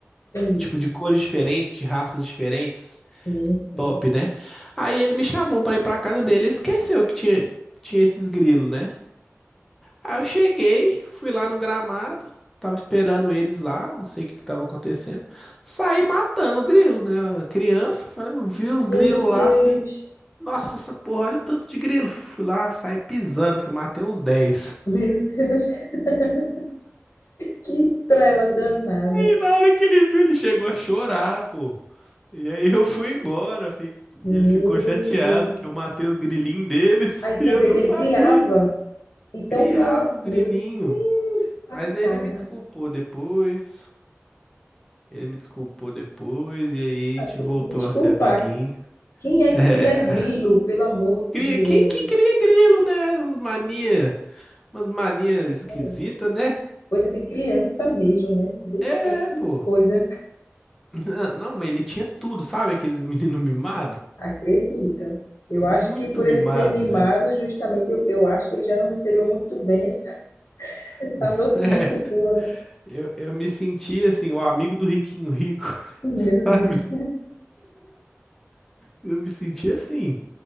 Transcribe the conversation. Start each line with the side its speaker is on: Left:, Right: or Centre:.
Left: Sim,
Centre: tipo de cores diferentes, de raças diferentes,
Left: sim, sim.
Centre: top, né? Aí ele me chamou pra ir pra casa dele, ele esqueceu que tinha, tinha esses grilos, né? Aí eu cheguei, fui lá no gramado, tava esperando eles lá, não sei o que que tava acontecendo. Saí matando o grilo, né? Criança, falei, eu vi
Left: Meu
Centre: os grilos lá
Left: Deus,
Centre: assim, nossa, essa porra, olha o tanto de grilo. Fui lá, saí pisando, fui matei uns dez.
Left: meu Deus, <laughs> que trela danada.
Centre: E na hora que ele viu, ele chegou a chorar, pô. E aí eu fui embora, fi-
Left: Meu
Centre: ele ficou chateado
Left: Deus.
Centre: que eu matei os grilinhos deles
Left: Aí
Centre: <laughs>
Left: quer
Centre: e eu
Left: dizer
Centre: não
Left: que ele
Centre: sabia.
Left: criava. Então
Centre: Criava
Left: não era.
Centre: o grilinho.
Left: Meu Deus, passada.
Centre: Mas ele me desculpou depois. Ele me desculpou depois e aí
Left: Vai
Centre: a gente
Left: ter
Centre: voltou
Left: que desculpar.
Centre: a ser amiguinho.
Left: Quem é
Centre: É.
Left: que cria grilo, pelo amor
Centre: Cria,
Left: de Deus?
Centre: quem que cria grilo, né? Uns mania, umas mania esquisita,
Left: É,
Centre: né?
Left: coisa de criança mesmo, né? Vê
Centre: É,
Left: só que
Centre: pô.
Left: coisa.
Centre: Ah, Não, mas ele tinha tudo, sabe? Aqueles meninos mimados.
Left: Acredita. Eu
Centre: Muito
Left: acho que por
Centre: mimado,
Left: ele ser mimado,
Centre: né?
Left: justamente, eu, eu acho que ele já não recebeu muito bem essa, <laughs> essa
Centre: <laughs>
Left: notícia
Centre: É,
Left: sua, né?
Centre: eu, eu me sentia assim, o amigo do riquinho rico, <laughs>
Left: Meu
Centre: sabe?
Left: Deus.
Centre: Eu me sentia assim.